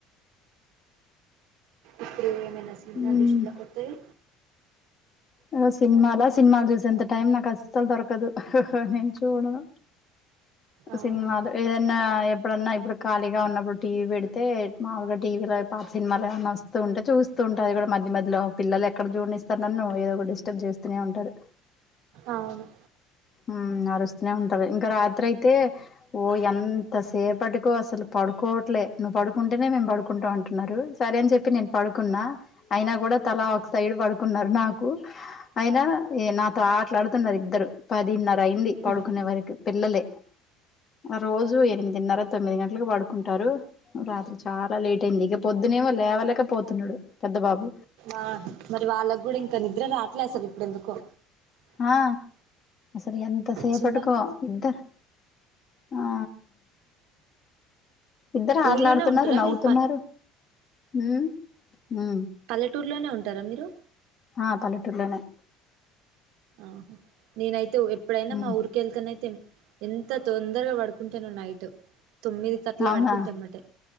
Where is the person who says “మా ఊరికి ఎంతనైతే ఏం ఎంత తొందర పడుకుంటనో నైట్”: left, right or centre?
Right